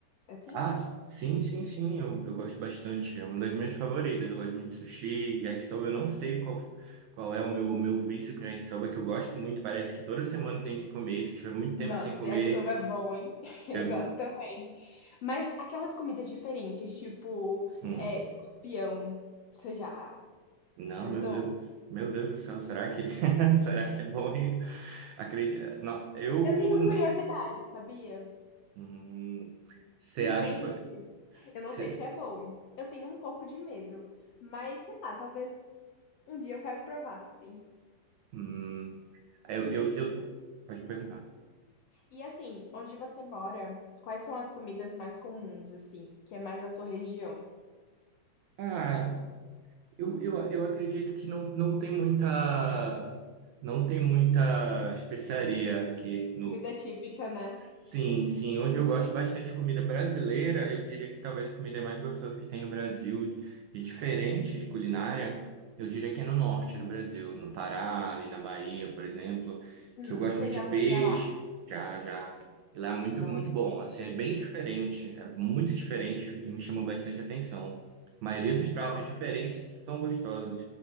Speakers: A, on the left; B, on the right.
A: Assim?
B: Ah, sim, sim, sim, eu, eu gosto bastante. É uma das minhas favoritas. Eu gosto muito de sushi, yakisoba. Eu não sei qual, qual é o meu, meu vício com yakisoba, que eu gosto muito. Parece que toda semana eu tenho que comer. Se eu tiver muito tempo
A: Nossa,
B: sem comer,
A: yakisoba é bom, hein? <laughs> Eu
B: eu.
A: gosto também. Mas aquelas comidas diferentes, tipo
B: Hum,
A: é, escorpião, você já
B: não,
A: tentou?
B: meu Deus. Meu Deus do céu, será que, <laughs> será que é bom isso? Acredito. Não, eu.
A: Eu tenho
B: não-
A: curiosidade, sabia?
B: Hum, Você
A: E
B: acha.
A: vende. Eu
B: Cê,
A: não sei se é bom. Eu tenho um pouco de medo, mas sei lá, talvez um dia eu quero provar, sim.
B: hum, eu,
A: E,
B: eu, eu. Pode perguntar.
A: e assim, onde você mora, quais são as comidas mais comuns, assim, que é mais a sua região?
B: Ah, Eu, eu, eu acredito que não, não tem muita, não tem muita especiaria aqui
A: Comida típica, né?
B: Sim, sim. Onde eu gosto bastante de comida brasileira, eu diria que talvez a comida mais gostosa que tem no Brasil, de de diferente de culinária, eu diria que é no norte do Brasil, no Pará, ali na Bahia, por exemplo,
A: Hum,
B: que eu gosto
A: você
B: muito
A: já
B: de peixe,
A: foi pra lá?
B: já, já. E lá é muito,
A: Nossa.
B: muito bom. Assim, é bem diferente, é muito diferente e me chamou bastante atenção. A maioria dos pratos
A: Ah,
B: diferentes são gostosos.